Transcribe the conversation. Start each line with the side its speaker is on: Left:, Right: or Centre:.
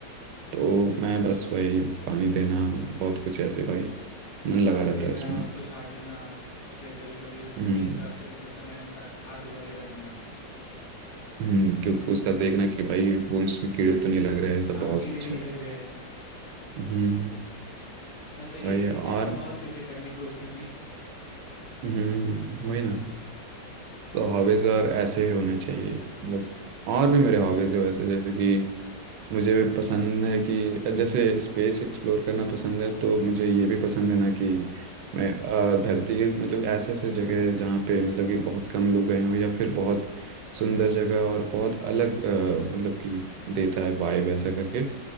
Right: तो मैं बस वही पानी देना बहुत कुछ ऐसे भाई मन लगा
Left: पानी
Right: रहता
Left: देना
Right: है उसमें
Left: उसको छाटना फिर कभी कभी उसके
Right: हम्म
Left: हिसाब से मतलब समय अनुसार खाद वगैरह देना
Right: हम्म, क्योंकि उसका देखना कि भाई वो उसमें कीड़े तो नहीं लग रहे हैं सब
Left: हाँ
Right: बहुत
Left: कीड़े
Right: कुछ
Left: नहीं
Right: है
Left: लग रहे
Right: हम्म
Left: मैं सही
Right: वही
Left: से देखा
Right: और
Left: जाए तो बहुत कुछ है करने को उसमें भी
Right: हम्म वही ना तो हॉबीज और ऐसे ही होने चाहिए मतलब और भी मेरे हॉबीज है वैसे जैसे कि मुझे भी पसंद है कि जैसे स्पेस एक्सप्लोर करना पसंद है तो मुझे ये भी पसंद है ना कि मैं अ, धरती के मतलब ऐसे ऐसे जगह है जहाँ पे मतलब कि बहुत कम लोग गए हों या फिर बहुत सुंदर जगह और बहुत अलग अ, मतलब कि देता है वाइब ऐसा करके